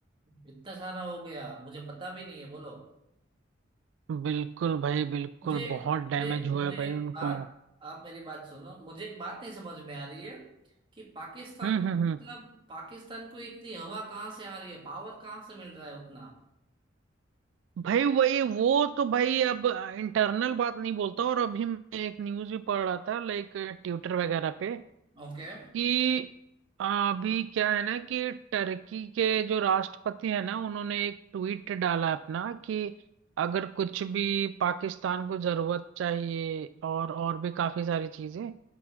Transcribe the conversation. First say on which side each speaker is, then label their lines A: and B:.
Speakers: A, on the right; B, on the right.
A: इतना सारा हो गया मुझे पता भी नहीं है बोलो
B: बिल्कुल भाई बिल्कुल
A: मुझे
B: बहुत
A: मुझे
B: डैमेज हुआ
A: मुझे
B: है भाई
A: एक
B: उनको
A: बात आप मेरी बात सुनो मुझे एक बात नहीं समझ में आ रही है कि पाकिस्तान
B: हम्म
A: मतलब
B: हम्म हम्म
A: पाकिस्तान को इतनी हवा कहाँ से आ रही है पावर कहाँ से मिल रहा है उतना
B: भाई वही वो तो भाई अब इंटरनल बात नहीं बोलता और अभी मैं एक न्यूज़ भी पढ़ रहा था लाइक ट्विटर वगैरह पे
A: ओके
B: कि आ, अभी क्या है ना कि टर्की के जो राष्ट्रपति है ना उन्होंने एक ट्वीट डाला अपना कि अगर कुछ भी पाकिस्तान को जरूरत चाहिए और और भी काफी सारी चीजें